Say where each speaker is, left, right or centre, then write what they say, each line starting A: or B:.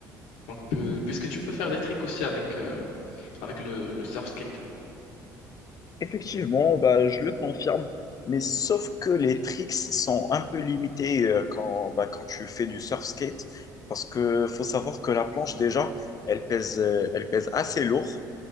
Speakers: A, on the left; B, on the left.
A: Donc, peu- puisque tu peux faire des tricks aussi avec, euh, avec le, le surf skate.
B: effectivement, bah, je le confirme. Mais sauf que les tricks sont un peu limités euh, quand, bah, quand tu fais du surf skate, parce que faut savoir que la planche, déjà, elle pèse, euh, elle pèse assez lourd.